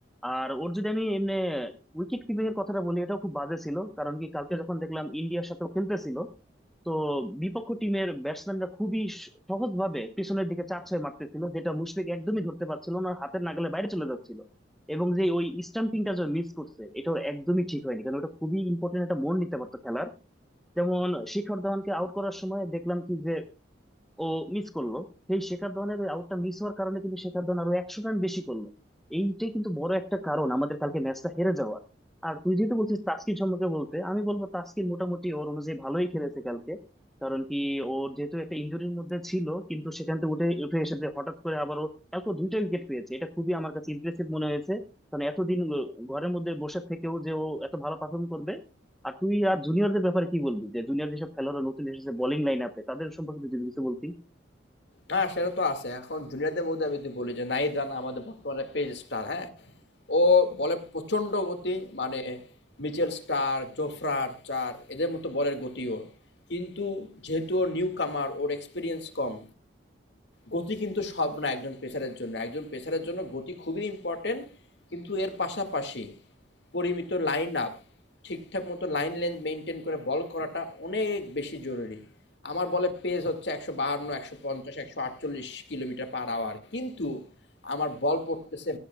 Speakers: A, in the centre; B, on the left (about 70°).
A: আর ওর যদি আমি এমনি উইকেট কিপিং এর কথাটা বলি এটাও খুব বাজে ছিল কারণ কি কালকে যখন দেখলাম ইন্ডিয়ার সাথে ও খেলতেছিল তো বিপক্ষ টিমের ব্যাটসম্যানরা খুবই সহজ ভাবে পিছনের দিকে চার ছয় মারতেছিল যেটা মুশফিক একদমই ধরতে পারছিল না হাতের নাগালে বাইরে চলে যাচ্ছিল এবং যে ওই স্টাম্পিংটা যে মিস করছে এটা ওর একদমই ঠিক হয়নি কারণ ওটা খুবই ইম্পর্টেন্ট একটা মোড় নিতে পারতো খেলার যেমন শিখর ধাওয়ানকে আউট করার সময় দেখলাম কি যে ও মিস করলো সেই শেখর ধওয়ানের ওই আউটটা মিস হওয়ার কারণে কিন্তু শেখর ধওয়ান আরো একশো রান বেশি করলো এইটাই কিন্তু বড় একটা কারণ আমাদের কালকে ম্যাচটা হেরে যাওয়ার আর তুই যেহেতু বলছিস তাস্কিন সম্পর্কে বলতে আমি বলবো তাস্কিন মোটামুটি ওর অনুযায়ী ভালোই খেলেছে কালকে কারণ কি ওর যেহেতু একটা ইঞ্জুরির মধ্যে ছিল কিন্তু সেখান থেকে উঠে উঠে এসে যে হঠাৎ করে আবারও কালকে ও দুইটা উইকেট পেয়েছে এটা খুবই আমার কাছে ইমপ্রেসিভ মনে হয়েছে কারণ এতদিন ও- ঘরের মধ্যে বসে থেকেও যে ও এত ভালো পারফর্ম করবে আর তুই আর জুনিয়রদের ব্যাপারে কি বলবি যে জুনিয়র যেসব খেলোয়াড়রা নতুন এসেছে বোলিং লাইন আপে তাদের সম্পর্কে তুই যদি কিছু বলতি
B: হ্যাঁ সেটা তো আছে এখন জুনিয়রদের মধ্যে আমি যদি বলি যে নাহিদ রানা আমাদের বর্তমানে পেজ স্টার হ্যাঁ ও বলে প্রচণ্ড গতি মানে মিচেল স্টার জোফরার চার এদের মতো বলের গতি ওর কিন্তু যেহেতু ওর নিউ কামার ওর এক্সপিরিয়েন্স কম গতি কিন্তু সব না একজন পেসারের জন্য একজন পেসারের জন্য গতি খুবই ইম্পর্টেন্ট কিন্তু এর পাশাপাশি পরিমিত লাইন আপ ঠিকঠাক মতো লাইন লেন্থ মেনটেন করে বল করাটা অনেক বেশি জরুরি আমার বলে পেস হচ্ছে একশো বাহান্ন একশো পঞ্চাশ একশো আটচল্লিশ কিলোমিটার পার আওয়ার কিন্তু আমার বল পড়তেছে